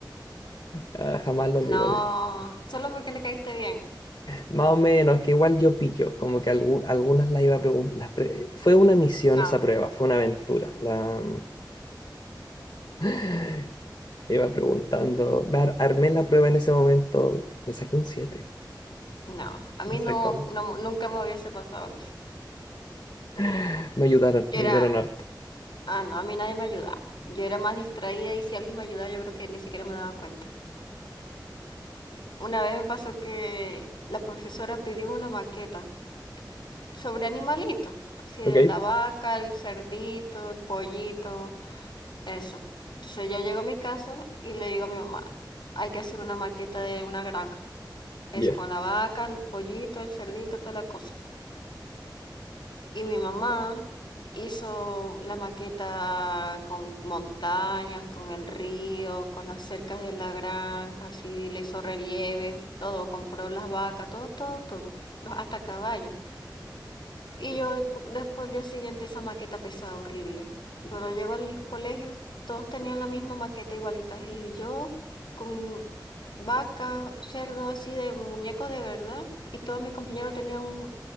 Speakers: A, on the left; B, on the left.
A: Ah, jamás lo
B: No,
A: olvidaré.
B: solo porque le caíste bien.
A: Más o menos, que igual yo pillo, como que algu- algunas las iba a preguntar. fue una misión
B: No,
A: esa prueba, fue una aventura. La, <laughs> iba preguntando, me ar- armé la prueba en ese momento, me saqué un siete,
B: no. A mí
A: no sé
B: no,
A: cómo.
B: no- nunca me hubiese pasado algo así.
A: <laughs> Me ayudaron,
B: Yo
A: me
B: era,
A: ayudaron harto.
B: ah, no, a mí nadie me ayudaba. Yo era más distraída y si alguien me ayudaba, yo creo que ni siquiera me daba cuenta. Una vez me pasó que la profesora pidió una maqueta. sobre animalitos, así de
A: ¿Ok?
B: la vaca, el cerdito, el pollito, eso. Entonces yo llego a mi casa y le digo a mi mamá, hay que hacer una maqueta de una granja, eso
A: Ya.
B: con la vaca, el pollito, el cerdito, toda la cosa. Y mi mamá hizo la maqueta con montañas, con el río, con las cercas de la granja, así le hizo relieves, todo, compró las vacas, todo, todo, todo, los- hasta caballos. Y yo cu- después el día siguiente esa maqueta pesada horrible. Y cuando llego al colegio, todos tenían la misma maqueta igualita. Y yo con vaca, cerdo así de muñeco de verdad. Y todos mis compañeros tenían un,